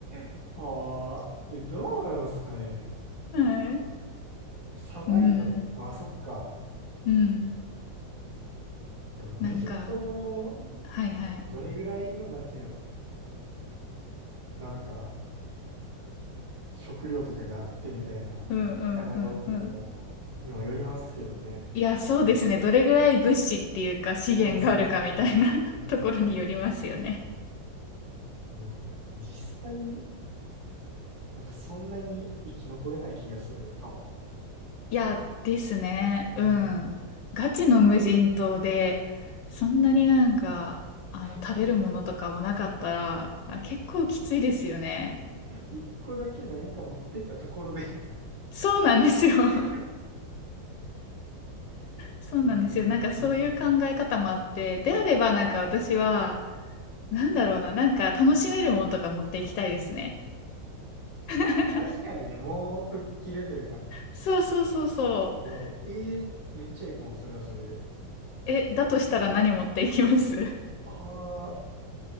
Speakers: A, on the right; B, on the left.
A: <laughs> ああ、え、どうなんですかね。
B: はい。
A: サバイバル。
B: うん、
A: まあ、そっか。
B: うん。
A: でも、無人島の
B: なんか、はいはい。
A: どれぐらいの、なんていうんやろ。なんか、食料とかがあってみたいな、
B: うんうんうんうん。
A: 魚がおってとかの、にもよりますけどね。
B: いや、そうですね。
A: うん、
B: どれぐらい物資っていうか資源があるかみたいな
A: そうそうそう。
B: <laughs>
A: うん、
B: ところによりますよね。
A: もう実際、なんかそんなに生き残れない気がするかも。
B: いや、ですね。
A: うん。
B: うん。ガチの無人島で、そんなになんか、あの、
A: <laughs>
B: 食べるものとかもなかったら、あ、結構きついですよね。
A: 一個だけ何か持ってったところで
B: そうなんですよ。<laughs>
A: <laughs>
B: そうなんですよ。
A: うん、
B: なんかそういう考え方もあって、
A: うん。
B: であればなんか私は、なんだろうな、なんか楽しめるものとか持っていきたいですね。<laughs>
A: 確かにね、もう吹っ切るというか、
B: そうそうそうそう。
A: もう、ええめっちゃいいかも、それはそれで。
B: え、だとしたら何持っていきます <laughs>
A: ああ、